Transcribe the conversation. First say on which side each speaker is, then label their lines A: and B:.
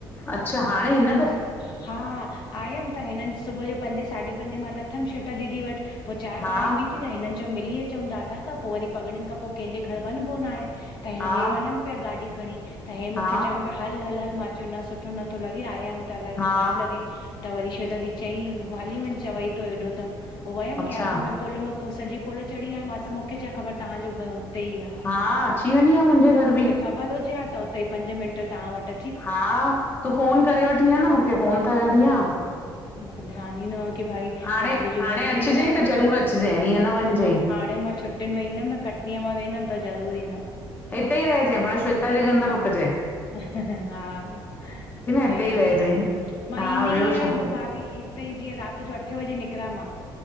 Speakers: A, on the left; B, on the left.
A: अच्छा हाणे इन
B: जी, हा-हा आयम त हिनन सुबुह जो पंजे साढी पंजे मां लथम श्वेता दीदी वट पो चांय
A: हा
B: पाणी पीती त हिनन चयो मिली अचूं दादा खां पो वरी पगड़ियन खां पो कंहिंजे घर वञबो न आहे। त हिन
A: हा
B: हे वञन पिया गाॾी खणी त हे मुखे
A: हा
B: चवन पया हल-हल-हल मां चयो न सुठो नथो लॻे। भई आया आहियूं त अलाए
A: हा
B: ख़राब लॻे त वरी शवेटा दी चईं हली वञ चवई थो एॾो त। पो वयम
A: अच्छा
B: कैब में पुल में पो सॼी पुल चढ़ी आयिम मुखे छा ख़बर तव्हांजो घर हुते ई आ।
A: हा अची वञी आहे मुंहिंजे घर
B: मुखे
A: बि
B: ख़बर हुजे हा त उते ई पंज मिंट तव्हां वट
A: हा तूं फ़ोन करे वठी आ न मुखे फ़ोन त करीं हा।
B: मुखे ध्यान ई न हो कि भाई
A: हाणे
B: भाभी जो
A: हाणे
B: घर
A: अचिजांइ
B: हेठ आ,
A: त ज़रूर अचिजांइ हीअं न वञिजांइ
B: ह हाणे मां छु छुटिन में ईंदम न कटनीअ मां वेंदम त ज़रूर ईंदम।
A: इते ई रहजईं पाण श्वेता जे घर न रुकजईं।
B: हा सही
A: हिते
B: ॻाल्ह
A: ई रहिजांइ
B: आ, मां
A: हा
B: ईंदी
A: ॿियो
B: ईंअ आहियां
A: छा
B: पो भाभी हिते जीअं रात जो अठ बजे निकरां मां